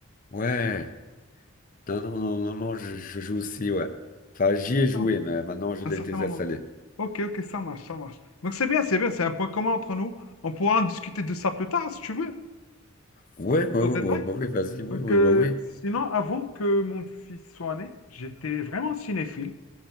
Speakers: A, on the left; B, on the left.
A: Ouais. Non, non, non, non, non, je, je joue aussi, ouais. Enfin, j'y ai
B: C'est
A: joué,
B: ça,
A: mais maintenant je
B: un
A: l'ai
B: certain
A: désinstallé.
B: moment. Ok, ok, ça marche, ça marche. Donc c'est bien, c'est bien, c'est un point commun entre nous. On pourra en discuter de ça plus tard, si tu veux,
A: Ouais, ouais,
B: dans
A: ouais,
B: le détail.
A: ouais, bah oui, vas-y,
B: Donc
A: oui, oui,
B: euh,
A: bah oui.
B: sinon, avant que mon fils soit né, j'étais vraiment cinéphile.